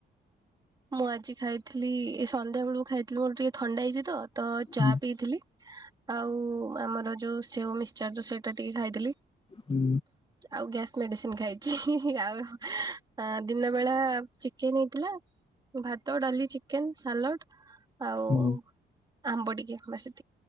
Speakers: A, on the right (about 20°); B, on the left (about 30°).
A: ମୁଁ ଆଜି ଖାଇଥିଲି ଏ ସନ୍ଧ୍ୟା ବେଳକୁ ଖାଇଥିଲି ମୋର ଟିକେ ଥଣ୍ଡା ହେଇଛି ତ ତ ଚା
B: ହୁଁ,
A: ପିଇଥିଲି। ଆଉ ଆମର ଯୋଉ ସେଓ ମିକ୍ସଚର ରୁ ସେଇଟା ଟିକେ ଖାଇଥିଲି।
B: ହୁଁ।
A: ଆଉ ଗ୍ୟାସ୍ ମେଡିସିନ୍ ଖାଇଛି ଆଉ ଦିନ ବେଳା ଚିକେନ୍ ହେଇଥିଲା <unintelligible> ଭାତ, ଡାଲି, ଚିକେନ୍, ସାଲଟ୍ ଆଉ
B: ହୁଁ,
A: ଆମ୍ବ ଟିକେ ବାସ୍ ଏ